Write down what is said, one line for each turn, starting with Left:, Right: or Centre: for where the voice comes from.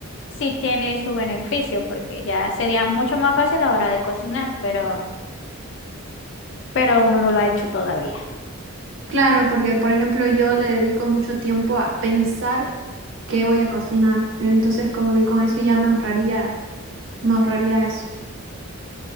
Left: sí tiene su beneficio, porque ya sería mucho más fácil a la hora de cocinar, pero, pero uno no lo ha hecho todavía.
Right: Claro, porque por ejemplo yo le dedico mucho tiempo a pensar qué voy a cocinar. Entonces como que con eso ya me ahorraría, me ahorraría eso.